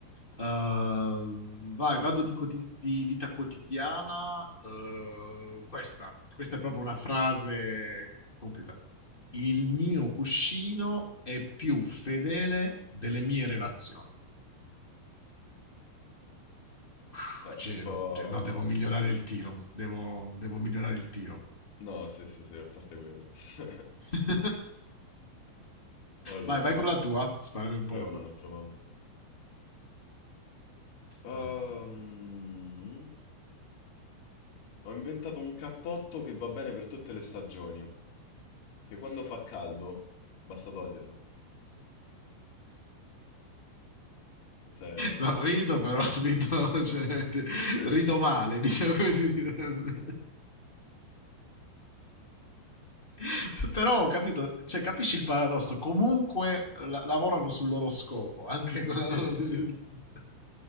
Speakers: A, on the left; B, on the left.
A: Uhm, vai, vado di, quoti- di vita quotidiana. Uhm, questa, questa è proprio una frase compiuta. Il mio cuscino è più fedele delle mie relazioni. Puh,
B: Eh,
A: Gelo,
B: un po'...
A: Ge- no, devo migliorare il tiro. Devo, devo migliorare il tiro.
B: No, sì, sì, sì, a parte quello. <laughs>
A: <laughs>
B: Allora,
A: vai, vai con la tua. Sparami un po'
B: proviamo
A: la tua.
B: un altro, mamma. Ehm,
A: All-
B: ho inventato un cappotto che va bene per tutte le stagioni, che quando fa caldo basta toglierlo. Questo è...
A: No, rido però, rido, cioè, ti-
B: <laughs>
A: rido male, <laughs> diciamo come si direbbe. <laughs> Però ho capito, cioè, capisci il paradosso? Comunque la- lavorano sul loro scopo, anche con la
B: Sì,
A: loro
B: sì, sì,
A: definizione.
B: sì.